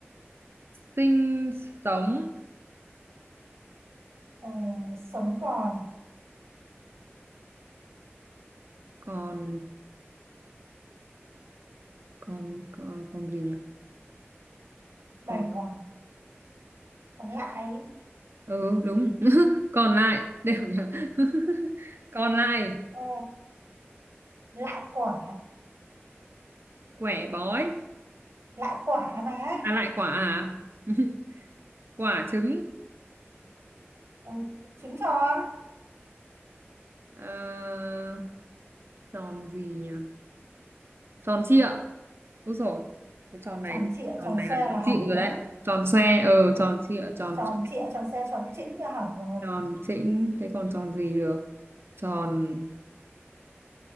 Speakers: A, on the right (about 60°); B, on the right (about 80°).
A: sinh sống
B: ờ, sống còn
A: còn còn còn còn gì nhỉ
B: đầy
A: còn
B: còn còn lại
A: ừ đúng <laughs> còn lại đều nhờ <laughs> còn lại
B: ờ, lại quả
A: quẻ bói
B: lại quả mà
A: à lại quả à <laughs> quả trứng
B: Ờ, trứng tròn
A: Ờ, tròn gì nhỉ tròn trịa đúng rồi cái tròn này
B: tròn
A: thì
B: trịa
A: tròn
B: tròn
A: này
B: xe
A: là tròn
B: là hỏng
A: trịa rồi
B: đấy
A: đấy tròn xoe ờ tròn trịa tròn
B: tròn
A: xoe
B: trịa tròn xe tròn chỉnh là hỏng rồi
A: tròn chỉnh thế còn tròn gì được tròn